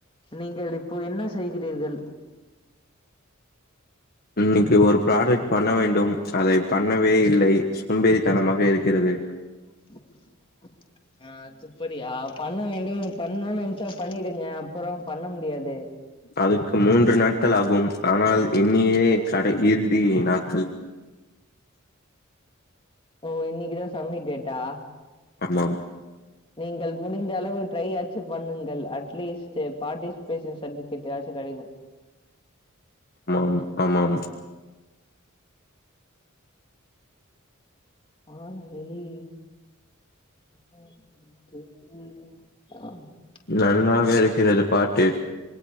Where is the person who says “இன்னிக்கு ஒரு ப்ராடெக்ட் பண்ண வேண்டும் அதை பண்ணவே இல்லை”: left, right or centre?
Left